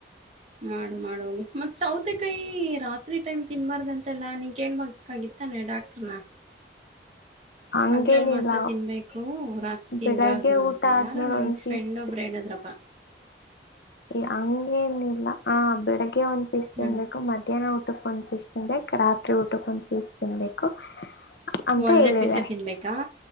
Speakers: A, on the right; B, on the left.
A: ಮಾಡು ಮಾಡುೋಗ ಮತ್ತತ್ ಸೌತೆ ಕಾಯಿ ರಾತ್ರಿ ಟೈಮ್ ತಿನ್ಬಾರ್ದ ಅಂತೆಲ್ಲ ನೀನ್ ಕೇಳ್ಬ ಕಾಗಿತ್ತಾನೆ ಡಾಕ್ಟ್ರನ
B: ಹಂಗೇನಿಲ್ಲ
A: ಹಗಲ್ ಮಾತ್ರ ತಿನ್ಬೇಕು ರಾತ್ರಿ ತಿನ್ಬಾರ್ದು
B: ಬೆಳಗ್ಗೆ
A: ಅಂತ
B: ಊಟ ಆದ್ಮೇಲೆ
A: ಯಾರು ನನ್ನ
B: ಒಂದ್
A: ಫ್ರೆಂಡ್
B: ಪೀಸ್
A: ಒಬ್ಬ ಎಡದ್ರಪ್ಪ <unintelligible>
B: ಹಂಗಗೆ ಏನಿಲ್ಲ ಹ ಬೆಳಿಗ್ಗೆ ಒಂದ್ ಪೀಸ್
A: ಹ್ಞೂ
B: ತಿನ್ ಬೇಕು ಮಧ್ಯಾಹ್ನ ಊಟಕ್ಕೆ ಒಂದ್ ಪೀಸ್ ಸ್ ತಿನ್ಬೇಕು ರಾತ್ರಿ ಊಟಕೊಂದು ಪೀಸ್ ತಿನ್ಬೇಕು ಅಂತ
A: ಒಂದೇ
B: ಹೇಳಿದ್ದಾರೆ
A: ಪೀಸೇ ತಿನ್ನಬೇಕಾ